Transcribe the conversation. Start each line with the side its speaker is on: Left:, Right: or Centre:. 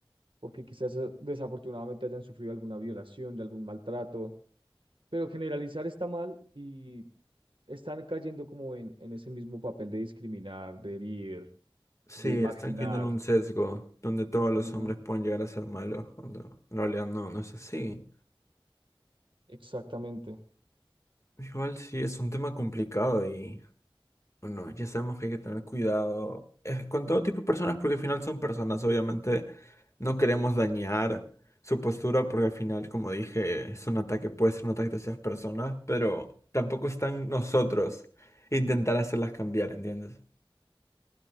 Right: porque quizás eh, desafortunadamente hayan sufrido alguna violación, de algún maltrato, pero generalizar está mal y están cayendo como en, en ese mismo papel de discriminar, de herir
Left: Sí,
Right: de marginar.
Left: están cayendo en un sesgo donde todos los
Right: Ujú,
Left: hombres pueden llegar a ser malos, cuando en realidad no, no es así.
Right: Exactamente.
Left: Igual sí, es un tema complicado y. Bueno, ya sabemos que hay que tener cuidado eh, con todo tipo de personas porque al final son personas, obviamente no queremos dañar su postura porque al final, como dije, es un ataque, puede ser un ataque hacia esas personas, pero tampoco están nosotros intentar hacerlas cambiar, ¿entiendes?